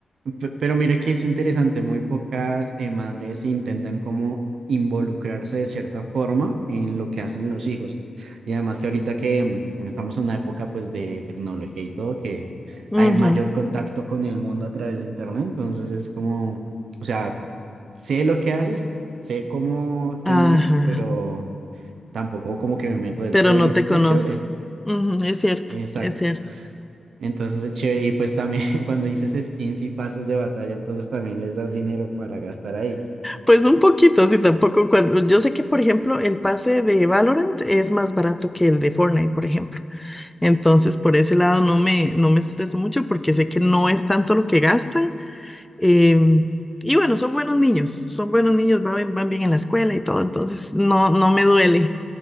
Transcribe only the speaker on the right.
Pe- Pero mira que es interesante, muy pocas eh, madres intentan como involucrarse de cierta forma en lo que hacen los hijos. Y además que ahorita que mm, estamos en una época pues de tecnología y todo, que hay
mayor contacto con el mundo a través de internet, entonces es como, o sea, sé lo que haces, sé cómo
te mueves, pero tampoco como que me meto del
todo
y es,
y es chévere.
exacto
entonces es chévere. Y pues también <laughs> cuando dices skins y pases de batalla, entonces también les das dinero para gastar ahí.